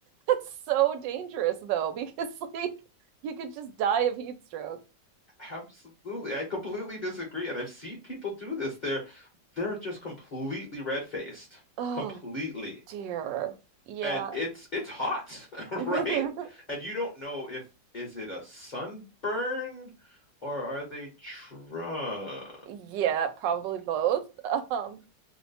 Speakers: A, on the right; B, on the left.
A: that's so dangerous though because <laughs> like you could just die of heat stroke.
B: <laughs> Absolutely, I completely disagree, and I've seen people do this. They're they're just completely red-faced,
A: Oh
B: completely.
A: dear. Yeah.
B: and it's it's hot,
A: <laughs>
B: <laughs> right? And you don't know if is it a sunburn or are they drunk?
A: Yeah, probably both. <laughs> Um